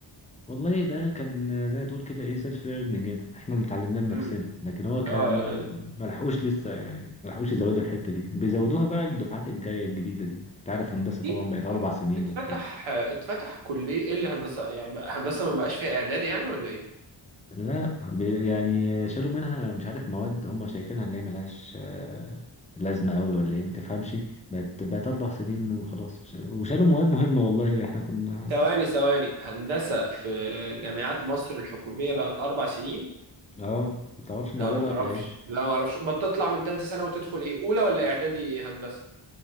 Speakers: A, on the left; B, on the right.
A: والله ده كان زي ما تقول كده ايه سيلف ليرنينج كده احنا اللي اتعلمناه بنفسنا
B: امم
A: لكن هو كان
B: اه
A: ما ما لحقوش لسه يعني ما لحقوش يزودوا الحته دي بيزودوها بقى للدفعات الجايه الجديده دي انت عارف هندسه
B: اكيد
A: طبعا بقت اربع سنين
B: اتفتح
A: وبتاع
B: اتفتح كلية ايه اللي هندسة يعني بقى هندسة ما بقاش فيها اعدادي يعني ولا ايه؟
A: لا بي- يعني شالوا منها مش عارف مواد هم شايفينها اللي هي ملهاش آه، لازمه قوي ولا ايه ما تفهمش بقت بقت اربع سنين وخلاص وش- وشالوا مواد مهمه والله احنا كنا
B: ثواني ثواني هندسة في جامعات مصر الحكومية بقت أربع سنين؟
A: اه ما تعرفش الموضوع
B: لا ما
A: ده ولا
B: اعرفش
A: ايه
B: لا ما اعرفش بتطلع من ثالثة سنة وتدخل ايه أولى ولا إعدادي هندسة؟